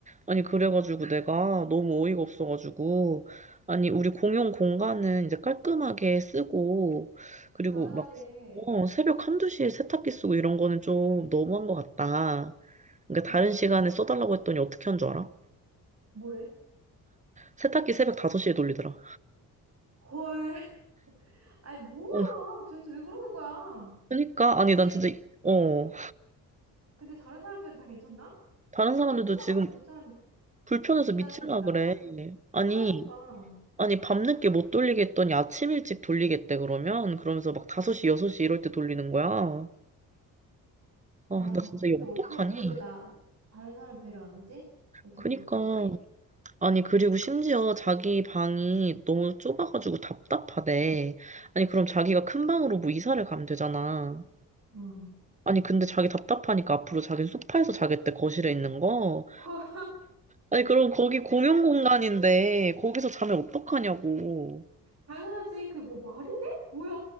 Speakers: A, on the right (about 15°); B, on the right (about 35°).
A: 아니 그래가지고 내가 너무 어이가 없어가지고 아니 우리 공용 공간은 이제 깔끔하게 쓰고 그리고
B: 당연하지.
A: 막 어, 새벽 한두 시에 세탁기 쓰고 이런 거는 좀 너무한 것 같다. 그러니까
B: 어,
A: 다른 시간에 써달라고 했더니 어떻게 한 줄 알아?
B: 뭐래?
A: 세탁기 새벽 다섯 시에 돌리더라.
B: 헐. 아니, 뭐야?
A: 어,
B: 도대체 왜 그러는 거야?
A: 그러니까
B: 근데,
A: 아니 난 진짜 어
B: 근데 다른 사람들은 다 괜찮나?
A: 다른
B: 그
A: 사람들도
B: 모두 다
A: 지금
B: 같이 못 자는,
A: 불편해서
B: 못
A: 미칠라
B: 자는 일이잖아.
A: 그래. 아니
B: 그러니까.
A: 아니, 밤늦게 못 돌리겠더니 아침 일찍 돌리겠대, 그러면? 그러면서 막 다섯시 여섯시 이럴 때 돌리는 거야. 아,
B: 아,
A: 나 진짜
B: 근데
A: 이거
B: 어떻게
A: 어떡하니?
B: 그렇게 나, 다른 사람 배려 안 하지? 어떻게
A: 그니까.
B: 그럴 수가 있지?
A: 아니, 그리고 심지어 자기 방이 너무 좁아가지고 답답하대. 아니, 그럼 자기가 큰 방으로 뭐 이사를 가면 되잖아.
B: 응.
A: 아니, 근데 자기 답답하니까 앞으로 자기는 소파에서 자겠대, 거실에 있는 거.
B: <laughs>
A: 아니, 그럼 거기 공용 공간인데, 거기서 자면 어떡하냐고.
B: 당연하지. 그 뭐 말이 돼? 뭐야.